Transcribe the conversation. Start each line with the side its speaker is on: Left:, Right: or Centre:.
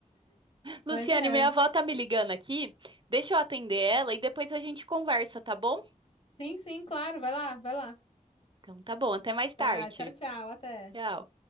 Right: Luciane,
Left: Mas é.
Right: minha avó tá me ligando aqui. Deixa eu atender ela e depois a gente conversa, tá bom?
Left: Sim, sim, claro. Vai lá, vai lá.
Right: Então tá bom, até mais tarde.
Left: Tá, tchau, tchau. Até.
Right: Tchau.